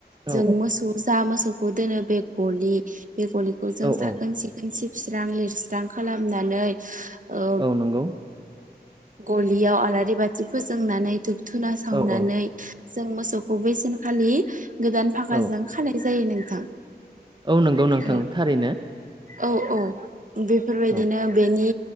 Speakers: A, on the right; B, on the right.
A: औ
B: जों मोसौ जा मोसौखौ दोनो बे गलि बेगलिखौ जों
A: औ
B: साखोन
A: औ
B: सिखोन सिबस्रां लिरस्रां खालामनानै ओ
A: औ नंगौ।
B: गलियाव आलारि बाथि फोजोंनानै धुुबधुना सावनानै
A: औ औ
B: जों मोसौखौ बैसेनखालि गोदान फाखाजों
A: औ
B: खानाय जायो नोंथां।
A: औ नंगौ नोंथां
B: औ
A: थारैनो।
B: औ औ बेफोरबायदिनो
A: औ
B: बे बेनि